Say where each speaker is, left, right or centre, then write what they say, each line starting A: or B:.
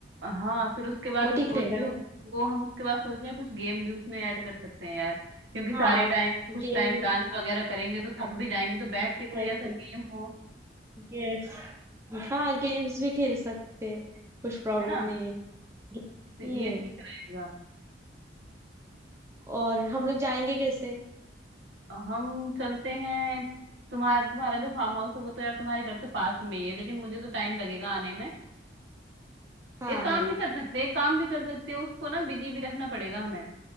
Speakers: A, on the right; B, on the right.
A: हाँ फिर उसके बाद
B: वो
A: मैं
B: ठीक
A: सोच
B: रहेगा
A: रही हूँ
B: ना
A: वो हम उसके बाद सोच रहे हैं कुछ गेम भी उसमें ऐड कर सकते हैं यार क्योंकि सारे
B: हाँ
A: टाइम
B: गेम
A: कुछ टाइम डांस वगैरह करेंगे तो थक भी जाएंगे तो बैठ के कोई
B: यस
A: ऐसा गेम हो
B: यस हाँ गेम्स भी खेल सकते हैं कुछ प्रॉब्लम
A: है ना
B: नहीं है
A: तो
B: हम्म
A: ये ठीक रहेगा
B: और हम लोग जाएंगे कैसे
A: हम चलते हैं तुम्हारा तुम्हारा जो फार्म हाउस है वो तो यार तुम्हारे घर से पास में ही है लेकिन मुझे तो टाइम लगेगा आने में
B: हाँ
A: एक काम
B: हाँ
A: भी कर सकते हैं एक काम भी कर सकते हैं उसको ना बिजी भी रखना पड़ेगा हमें